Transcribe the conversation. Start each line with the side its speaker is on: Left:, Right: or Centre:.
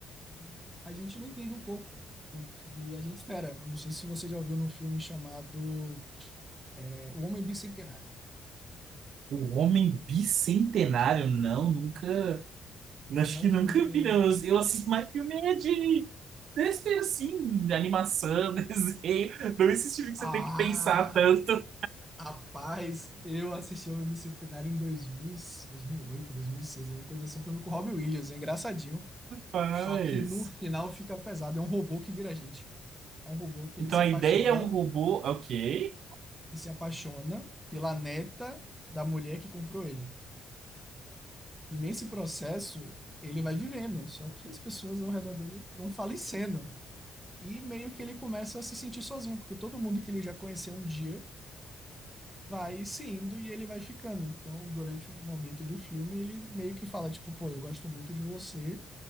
Centre: e a gente não entende um pouco do que a gente espera. Eu não sei se você já ouviu num filme chamado é, O Homem Bicentenário.
Right: O Homem Bicentenário, não, nunca. Acho
Centre: É um
Right: que nunca
Centre: filme.
Right: vi, não. Eu, eu assisto mais filme é de desenho, assim, de animação, <laughs> desenho. Não esse filme que você
Centre: Ah!
Right: tem que pensar tanto.
Centre: Rapaz, eu assisti ao filme Centenário em dois mil e- 2008, 2006, uma coisa assim. Foi filme com o Robin Williams, é engraçadinho.
Right: Rapaz.
Centre: Só que no final fica pesado. É um robô que vira gente, cara. É um robô que
Right: Então
Centre: ele se
Right: a
Centre: apaixona
Right: ideia é um robô. Ok.
Centre: e se apaixona pela neta da mulher que comprou ele. E nesse processo, ele vai vivendo. Só que as pessoas ao redor dele vão falecendo. E meio que ele começa a se sentir sozinho, porque todo mundo que ele já conheceu um dia vai se indo e ele vai ficando. Então, durante um momento do filme, ele meio que fala, tipo, pô, eu gosto muito de você